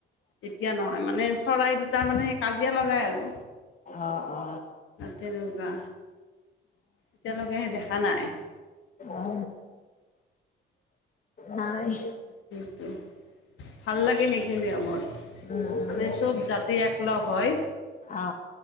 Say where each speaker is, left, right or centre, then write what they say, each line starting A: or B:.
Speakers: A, on the left; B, on the left.
A: এতিয়া নহয় মানে চৰাই দু তাৰ মানে সেই কাজিয়া লগাই আৰু
B: অ অ অ
A: তেনেকুৱা এতিয়ালকেহে দে নাই <unintelligible>
B: অ নাই <unintelligible>
A: কিন্তু ভাল লাগে সেইখিনি আমাৰ
B: উম উম
A: মানে চব জাতি একলগ হয়
B: অ